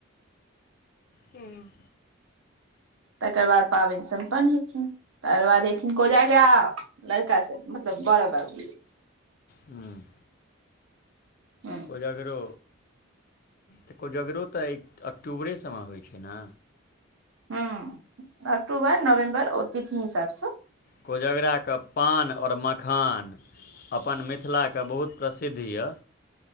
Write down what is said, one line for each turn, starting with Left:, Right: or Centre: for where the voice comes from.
Left: हुँ
Right: तकर बाद पाबनि सम्पन्न हेथिन तकर बाद एयथिन कोजागरा लड़का सब मतलब बड़ बाबू
Left: हूँ
Right: ह
Left: कोजगरो तऽ कोजगरो तऽ अक्टूबरे सभमे होइ छै ने
Right: हँ अक्टोबर नवेम्बर ओ तथि हिसाबसँ
Left: कोजग्रा के पान और मखान अपन मिथिलाके बहुत प्रसिद्ध यए